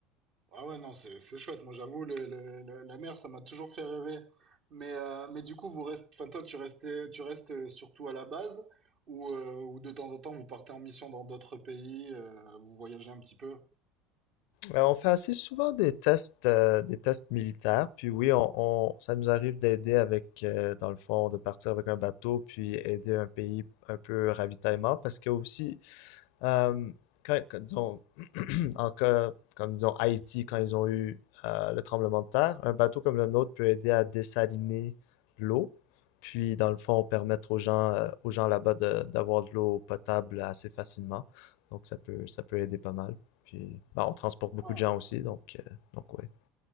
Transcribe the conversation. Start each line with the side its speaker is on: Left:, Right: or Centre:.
Right: Ah ouais, non, c'est c'est chouette. Moi, j'avoue, le- le- le- la mer, ça m'a toujours fait rêver. Mais, euh, mais du coup, vous restez, enfin, toi, tu restais, tu restes euh, surtout à la base ou, euh, ou de temps en temps, vous partez en mission dans d'autres pays, euh, vous voyagez un petit peu?
Left: Ouais, on fait assez souvent des tests, euh, des tests militaires, puis oui, on, on- ça nous arrive d'aider avec, euh, dans le fond, de partir avec un bateau, puis aider un pays un peu ravitaillement, parce que aussi, euh, quand, quand- disons, <clears throat> en cas comme disons Haïti quand ils ont eu euh, le tremblement de terre, un bateau comme le nôtre peut aider à dessaliner l'eau. Puis, dans le fond, permettre aux gens, euh, aux gens là-bas de- d'avoir de, l'eau potable assez facilement. Donc, ça peut, ça peut aider pas mal. Puis, ben, on transporte beaucoup
Right: Ah.
Left: de gens aussi. Donc, euh, donc ouais.